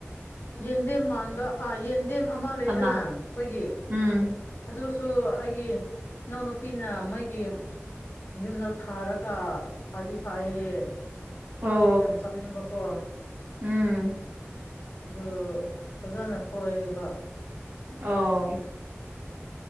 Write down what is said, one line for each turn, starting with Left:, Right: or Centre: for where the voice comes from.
Left: ꯌꯦꯟꯗꯦꯝ ꯃꯥꯟꯕꯥ ꯌꯦꯟꯗꯦꯝ ꯑꯃ ꯂꯩꯗꯅ
Right: ꯀꯅꯥ
Left: ꯑꯩꯈꯣꯏꯒꯤ
Right: ꯎꯝ
Left: ꯑꯗꯨꯁꯨ ꯑꯩꯒꯤ ꯏꯅꯥꯎꯅꯨꯄꯤꯅ ꯃꯒꯤ ꯌꯨꯝꯗ ꯊꯥꯔꯒ ꯐꯗꯤ ꯐꯩ ꯍꯌꯦꯦ ꯃꯥ
Right: ꯑꯣ
Left: ꯑꯗꯨ ꯌꯥꯝ ꯆꯥꯅꯤꯡꯕꯀꯣ
Right: ꯎꯝ
Left: ꯑꯗꯨ ꯐꯖꯅ ꯊꯣꯛꯑꯦꯕꯣ
Right: ꯑꯣ